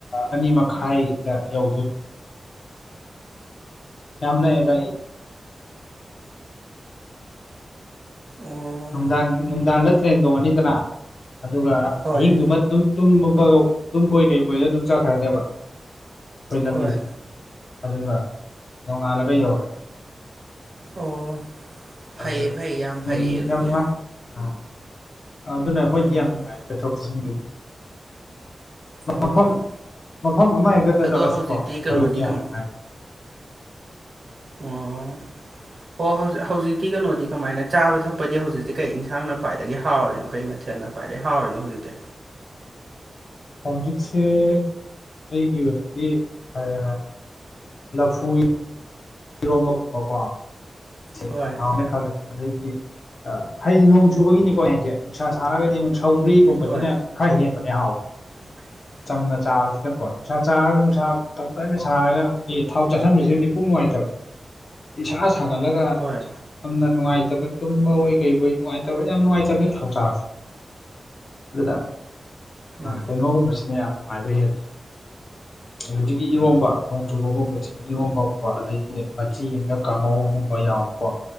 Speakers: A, on the left; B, on the right.
A: ꯑꯅꯤ ꯃꯈꯥꯏꯗ ꯌꯧꯗꯣꯏꯕ ꯌꯥꯝ ꯅꯥꯛꯑꯦꯗ
B: ꯑꯣ
A: ꯅꯨꯡꯗꯥꯡ ꯅꯨꯡꯗꯥꯡꯗ ꯇ꯭ꯔꯦꯟ ꯇꯣꯡꯉꯅꯤꯗꯅ ꯑꯗꯨꯒ
B: ꯍꯣꯏ
A: ꯑꯍꯤꯡꯗꯨꯃ ꯑꯗꯨꯝ <unintelligible> ꯇꯨꯝꯕꯣꯏ ꯀꯩꯕꯣꯏꯗ ꯑꯗꯨꯝ ꯆꯠꯈ꯭ꯔꯅꯦꯕ ꯑꯩꯈꯣꯏ ꯂꯝꯕꯤꯁꯦ
B: ꯍꯣꯏ
A: ꯑꯗꯨꯒ ꯅꯣꯡꯉꯥꯜꯂꯒ ꯌꯧꯔꯅꯤ
B: ꯑꯣ ꯐꯩꯌꯦ
A: ꯑꯗꯨꯅ
B: ꯐꯩꯌꯦ ꯌꯥꯝ ꯐꯩꯌꯦ
A: ꯗꯨꯝ
B: ꯑꯗꯨꯗꯤ
A: ꯌꯥꯝ ꯅꯨꯡꯉꯥꯏ ꯑꯥ ꯑꯗꯨꯅ ꯑꯩꯈꯣꯏꯗꯤ
B: ꯎꯝ
A: ꯌꯥꯝ ꯅꯨꯡꯉꯥꯏ ꯆꯠꯊꯣꯛ ꯆꯠꯁꯤꯟꯒꯤꯗꯤ
B: ꯑꯣ
A: ꯃꯐꯝ ꯃꯐꯝ ꯑꯃꯍꯦꯛꯇꯗ
B: ꯑꯗꯣ
A: ꯆꯠꯂꯁꯨꯀꯣ
B: ꯍꯧꯖꯤꯛꯇꯤ
A: ꯑꯩꯈꯣꯏꯗꯤ
B: ꯀꯩꯅꯣꯗꯤ
A: ꯌꯥꯝ
B: ꯀꯝ
A: ꯅꯨꯡꯉꯥꯏ
B: ꯎꯝ ꯑꯣ ꯍꯧꯖꯤꯛ ꯍꯧꯖꯤꯛꯇꯤ ꯀꯩꯅꯣꯗꯤ ꯀꯃꯥꯏꯅ ꯆꯥꯕ ꯊꯛꯄꯗꯤ ꯍꯧꯖꯤꯛꯇꯤ ꯀꯩ ꯏꯟꯁꯥꯡꯅ ꯈ꯭ꯋꯥꯏꯗꯒꯤ ꯍꯥꯎꯔꯤꯅꯣ ꯀꯩ ꯃꯊꯦꯜꯅ ꯈ꯭ꯋꯥꯏꯗꯩ ꯍꯥꯎꯔꯤꯅꯣ ꯍꯧꯖꯤꯛꯇꯤ
A: ꯍꯧꯖꯤꯛꯁꯦ ꯑꯩꯒꯤ ꯑꯣꯏꯅꯗꯤ <unintelligible> ꯂꯐꯨ <inaudible> ꯏꯔꯣꯝꯕꯒꯨꯝꯕꯀꯣ ꯁꯤ
B: ꯍꯣꯏ
A: ꯌꯥꯝ ꯍꯥꯎꯅꯦ ꯈꯜꯂꯦ ꯑꯗꯩꯗꯤ ꯍꯥꯏꯗꯤ ꯅꯣꯡ ꯆꯨꯕꯒꯤꯅꯤꯀꯣ ꯑꯩꯅ ꯍꯥꯏꯖꯦ ꯅꯨꯡꯁꯥ ꯁꯥꯔꯒꯗꯤ ꯑꯃꯨꯛ ꯁꯧꯒ꯭ꯔꯤꯒꯨꯝꯕꯁꯤꯅ
B: ꯍꯣꯏ
A: ꯈꯔ ꯍꯦꯟꯕꯅꯦ ꯍꯥꯎꯕ
B: <inaudible>
A: ꯆꯝꯅ ꯆꯥꯕꯁꯤꯅꯀꯣ ꯅꯨꯡꯁꯥ ꯆꯥꯔꯒ ꯅꯨꯡꯁꯥ ꯇꯞ ꯇꯅ ꯁꯥꯔꯒ ꯑꯩꯈꯣꯏꯒꯤ ꯊꯥꯎ ꯆꯥꯥꯁꯟꯕꯁꯤꯕꯨꯗꯤ ꯄꯨꯛ ꯅꯨꯡꯉꯥꯏꯇꯕꯅꯤ ꯏꯁꯥ ꯁꯥꯒꯠꯂꯒ
B: ꯍꯣꯏ
A: ꯌꯥꯝꯅ ꯅꯨꯡꯉꯥꯏꯇꯕ ꯇꯨꯝꯕ ꯑꯣꯏ ꯀꯩ ꯑꯣꯏ ꯅꯨꯡꯉꯥꯏꯇꯕ ꯌꯥꯝ ꯅꯨꯡꯉꯥꯏꯇꯕꯅꯦ ꯊꯥꯎ ꯆꯥꯕꯁꯦ ꯑꯗꯨꯅ
B: ꯍꯣꯏ
A: ꯀꯩꯅꯣꯒꯨꯝꯕꯁꯤꯅ ꯌꯥꯝ ꯅꯨꯡꯉꯥꯏꯕ ꯍꯦꯜꯂꯤ ꯑꯗꯨꯗꯒꯤ ꯏꯔꯣꯝꯕ ꯅꯣꯡ ꯆꯨꯕꯒꯨꯝꯕꯁꯦ ꯏꯔꯣꯟꯝꯕꯒꯨꯌꯝꯕ ꯑꯗꯩꯗꯤ ꯃꯆꯤꯒꯨꯝꯅ ꯀꯥꯡꯉꯧꯒꯨꯝꯕ ꯌꯥꯎꯕꯀꯣ